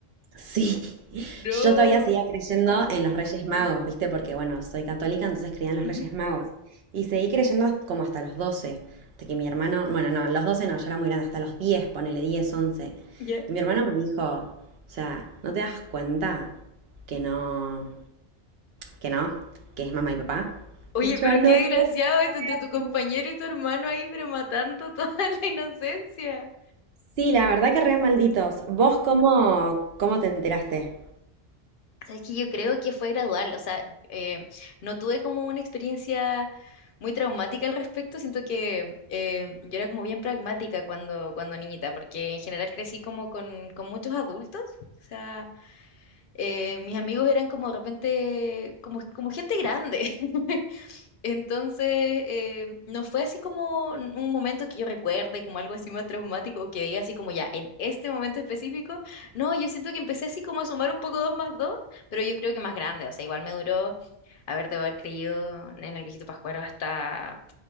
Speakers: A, on the right; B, on the left.
A: Sí,
B: No,
A: yo todavía seguía creyendo
B: mal.
A: en los Reyes Magos, ¿viste? Porque, bueno, soy católica, entonces creía en los
B: Ujú,
A: Reyes Magos. Y seguí creyendo hasta- como hasta los 12, hasta que mi hermano, bueno, no, los 12, no, ya era muy grande, hasta los 10, ponele 10, 11,
B: Ya.
A: Y mi hermano me dijo, o sea, ¿no te das cuenta que no, que no, que es mamá y papá?
B: Oye,
A: Yo
B: pero
A: no
B: qué
A: puede
B: desgraciado esto entre
A: ser.
B: tu compañero y tu hermano ahí, pero matando toda <laughs> la inocencia.
A: Sí, la verdad que re malditos. ¿Vos cómo, cómo te enteraste?
B: Sabes que yo creo que fue gradual, o sea, eh, no tuve como una experiencia muy traumática al respecto, siento que eh, yo era como bien pragmática cuando, cuando niñita, porque en general crecí como con, con muchos adultos, o sea, eh, mis amigos eran como de repente, como, como gente grande. <laughs> Entonces, eh, no fue así como n- un momento que yo recuerde, como algo así más traumático, o que diga así como ya, en este momento específico, no, yo siento que empecé así como a sumar un poco dos más dos, pero yo creo que más grande, o sea, igual me duró, a ver, debo haber creído en el viejito Pascuero hasta,